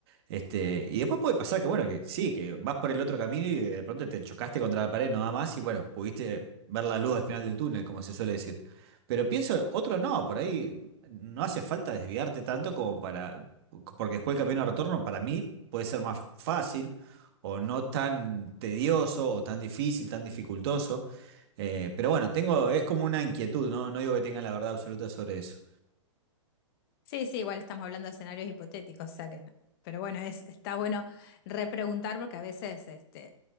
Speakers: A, on the right (about 55°); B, on the left (about 50°).
A: Este, y después puede pasar que, bueno, que sí, que vas por el otro camino y de pronto te chocaste contra la pared, no da más, y bueno, pudiste ver la luz al final del túnel, como se suele decir. Pero pienso, otro no, por ahí no hace falta desviarte tanto como para, porque después el camino de retorno para mí puede ser más fácil o no tan tedioso o tan difícil, tan dificultoso. Eh, pero bueno, tengo, es como una inquietud, ¿no? No digo que tenga la verdad absoluta sobre eso.
B: Sí, sí, igual estamos hablando de escenarios hipotéticos, o sea que no. Pero bueno, es, está bueno repreguntar porque a veces este,